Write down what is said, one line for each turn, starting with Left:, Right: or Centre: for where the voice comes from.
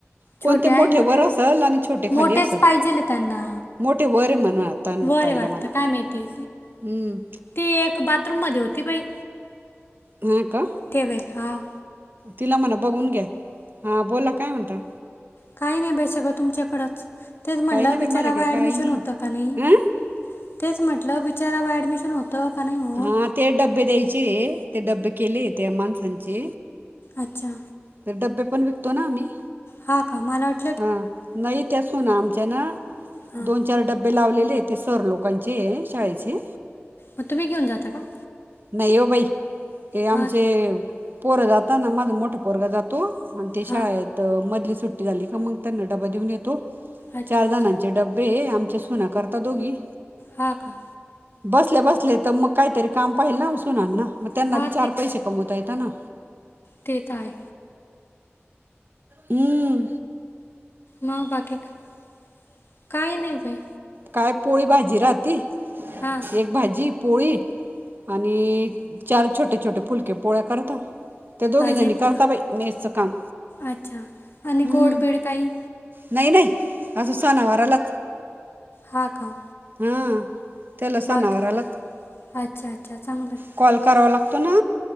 Right: कोणते
Left: छोटे
Right: मोठेवरर
Left: आहे मोठे नाही
Right: असल आणि छोटे खाली
Left: मोठेच
Right: असल.
Left: पाहिजेले त्यांना
Right: मोठे वरे म्हण त
Left: वर आहे
Right: ताईला
Left: वाटतं
Right: म्हणा.
Left: काय माहिती.
Right: हम्म.
Left: ती एक बाथरूम मध्ये होती बाई.
Right: हां का
Left: ठेवेल हां
Right: तिला म्हणा बघून घ्या हां बोला काय म्हणता.
Left: काय नाही बेसगं तुमच्याकडेंच. तेच म्हटलं
Right: काही नाही बाई
Left: विचारावा
Right: माझ्याकडे काही
Left: ॲडमिशन
Right: नाही
Left: होतं का नाही.
Right: हां
Left: तेच म्हटलं विचारा व ॲडमिशन होतं का नाही होत.
Right: हां ते डबे द्यायचे ते डबे केले ते माणसांचे.
Left: अच्छा.
Right: तर डबे पण विकतो ना आम्ही.
Left: हां का मला वाट
Right: हां नाही तेसून आमच्या ना
Left: हां
Right: दोनश. चार डबे लावलेले ते सर लोकांचे शाळेचे.
Left: मगुम् घऊन जाता का.
Right: नाही येव बाई हे आमचे
Left: हां
Right: पोरं जाता ना माझं मोठ पोरं जातो. आणि ते शाळेत
Left: हां
Right: मधली सुट्टी झाली का मग त्यांना डबा देऊन येतो.
Left: अच्छा
Right: चार
Left: अच्छा
Right: जणांचे डब्बे आमच्या सुना करता दोघी.
Left: हा का.
Right: बसले बसले तर मग काहीतरी काम पाहिल ना सुना ना मग त्यांना
Left: हा
Right: बी चार पैसे कमवता येत ना.
Left: तेे तर आहे.
Right: हमं.
Left: मग बाकी काय? काही नाही बाई.
Right: काय पोळी भाजी राहती
Left: हां
Right: एक भाजी. पोळी आणि चार छोटे छोटे फुलके पोळ्या करत. त्या दोघी
Left: भाजी
Right: जणी करता
Left: पण
Right: बाई मेसच काम
Left: अच्छा आणि
Right: हम्.
Left: गोड बीड काही
Right: नाही नाही असज स नावाराला.
Left: हा का.
Right: हा त्याला
Left: बाकी
Right: सनावारला.
Left: अच्छा अच्छा चांगलं आहे.
Right: कॉल करावा लागतो ना